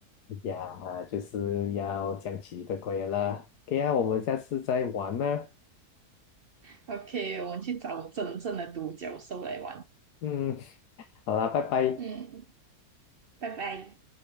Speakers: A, on the left; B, on the right.
A: 呀，就是要讲几个怪的啦。OK 啊，我们下次再玩啦。
B: <laughs> OK，我们去找真正的独角兽来玩。
A: 嗯，好啦，拜拜。
B: 嗯，拜拜。